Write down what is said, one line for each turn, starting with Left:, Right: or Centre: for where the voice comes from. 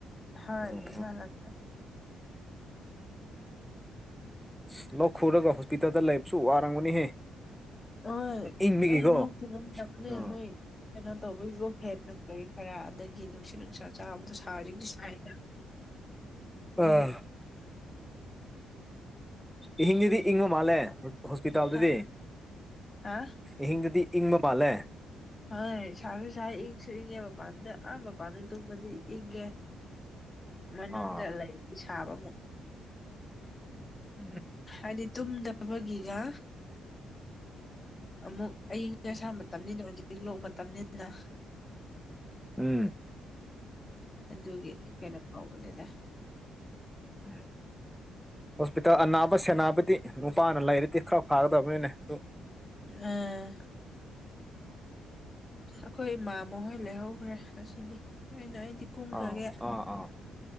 Left: ꯍꯣꯏ
Centre: ꯎꯝ
Left: ꯊꯝꯖ ꯂꯇꯥ
Centre: ꯎ ꯑꯁ ꯂꯧ ꯈꯨꯔꯒ ꯍꯣꯁꯄꯤꯇꯥꯜꯗ ꯂꯩꯕꯁꯨ ꯋꯥꯔꯝꯒꯅꯤꯍꯦ
Left: ꯍꯣꯏ
Centre: ꯏꯪꯕꯒꯤꯀꯣ
Left: ꯑꯩ ꯂꯣꯛꯇ ꯉꯝꯗꯕꯅꯦ
Centre: ꯑꯥ
Left: ꯃꯣꯏ ꯀꯩꯅꯣ ꯇꯧꯕꯒꯤꯀꯣ ꯐꯦꯟ ꯀꯔꯤ ꯈꯔ ꯑꯗꯒꯤ ꯅꯨꯡꯁꯤꯠ ꯅꯨꯡꯁꯥ ꯆꯥꯕꯗꯣ ꯁꯥꯔꯤꯗꯤ ꯁꯥꯏꯅ
Centre: ꯑꯥ
Left: ꯑꯗꯨ
Centre: ꯑꯍꯤꯡꯗꯗꯤ ꯏꯪꯕ ꯃꯥꯜꯂꯦ ꯍꯣꯁꯄꯤꯇꯥꯜꯗꯗꯤ
Left: ꯍꯥ ꯍꯥ
Centre: ꯑꯍꯤꯡꯗꯗꯤ ꯏꯪꯃ ꯃꯥꯂꯦ
Left: ꯍꯣꯏ ꯁꯥꯁꯨ ꯁꯥ ꯏꯪꯁꯨ ꯏꯪꯉꯦ ꯃꯄꯥꯟꯗ ꯑꯍ ꯃꯄꯥꯟꯗ ꯇꯨꯝꯃꯗꯤ ꯏꯒꯦ ꯃꯅꯨꯡꯗ
Centre: ꯑꯥ
Left: ꯂꯩ ꯁꯥꯕꯃꯨꯛ
Centre: ꯎꯝ
Left: ꯍꯥꯏꯗꯤ ꯇꯨꯝꯗꯕꯒꯤꯒ ꯑꯃꯨꯛ ꯑꯌꯤꯡꯁ ꯑꯁꯥ ꯃꯇꯝꯅꯤꯅ ꯍꯧꯖꯤꯛ ꯂꯣꯛ ꯃꯇꯝꯅꯤꯅ
Centre: ꯎꯝ
Left: ꯑꯗꯨꯒꯤ ꯀꯩꯅꯣ ꯇꯧꯕꯅꯤꯅ
Centre: ꯎꯝ ꯍꯣꯁꯄꯤꯇꯥꯜ ꯑꯅꯥꯕ ꯁꯦꯟꯅꯕꯗꯤ ꯅꯨꯄꯥꯅ ꯂꯩꯔꯗꯤ ꯈꯔ ꯐꯥꯒꯗꯕꯅꯤꯅꯦ ꯑꯗꯨ
Left: ꯑꯥ ꯑꯩꯈꯣꯏ ꯏꯃꯥ ꯃꯈꯍꯣꯏ ꯂꯩꯍꯧꯈ꯭ꯔꯦ ꯉꯁꯤꯗꯤ ꯑꯩꯅ ꯑꯩꯅ ꯗꯤ ꯀꯨꯝꯈ꯭ꯔꯒꯦ
Centre: ꯑꯥ ꯑꯥ ꯑꯥ